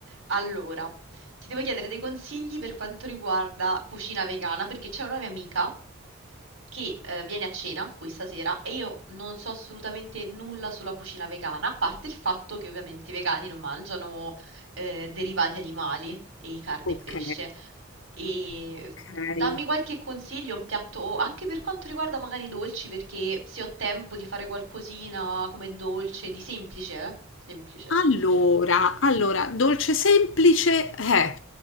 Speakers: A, on the right (about 70°); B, on the left (about 65°).
A: Allora, ti devo chiedere dei consigli per quanto riguarda cucina vegana, perché c'è una mia amica che eh, viene a cena qui stasera e io non so assolutamente nulla sulla cucina vegana, a parte il fatto che ovviamente i vegani non mangiano eh, derivati animali e carne
B: Ok,
A: e pesce. E
B: ok.
A: mm, dammi qualche consiglio, un piatto anche per quanto riguarda magari i dolci, perché se ho tempo di fare qualcosina come dolce, di semplice, eh? Semplice.
B: Allora, allora, dolce semplice, eh.